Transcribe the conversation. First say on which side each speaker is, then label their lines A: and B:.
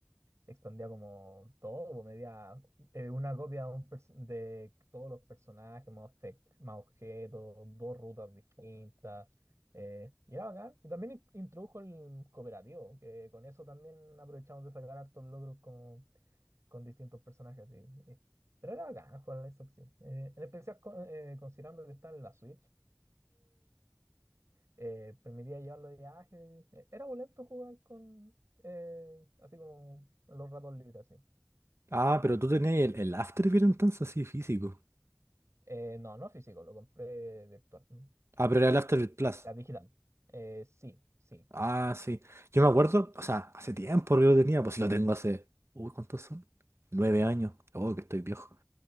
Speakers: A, on the right; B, on the right.
A: expandía como todo, pues, medía eh, una copia de, un perso- de todos los personajes, más, efec- más objetos, dos rutas distintas, eh, y era bacán. Y también in- introdujo el cooperativo, que con eso también aprovechamos de sacar hartos logros como, con distintos personajes, así. eh. Pero era bacán jugar a la Lies of P. Eh, en especial con- eh, considerando que está en la Switch, eh, permitía llevarlo de viaje. Eh, Era boleto jugar con, eh, así como los ratos libres, así.
B: Ah, pero tú tenías el, el Afterbeat entonces, así físico.
A: Eh, no, no físico, lo compré virtual, la
B: Ah, pero era el Afterbeat Plus.
A: digital. Eh, sí, sí.
B: Ah, sí. Yo me acuerdo, o sea, hace tiempo que lo tenía, pues si lo tengo hace. Uy, ¿cuántos son? Nueve años. Oh, que estoy viejo.